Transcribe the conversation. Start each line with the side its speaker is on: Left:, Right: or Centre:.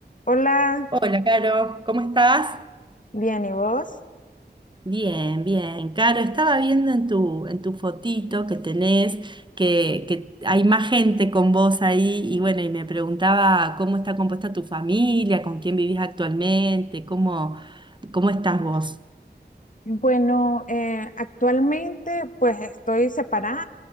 Left: Hola,
Right: Hola, Caro, ¿cómo estás?
Left: bien, ¿y vos?
Right: Bien, bien. Caro, estaba viendo en tu, en tu fotito que tenés que, que hay más gente con vos ahí y bueno, y me preguntaba cómo está compuesta tu familia, con quién vivís actualmente, cómo, cómo estás vos.
Left: Bueno, eh, actualmente pues estoy separada,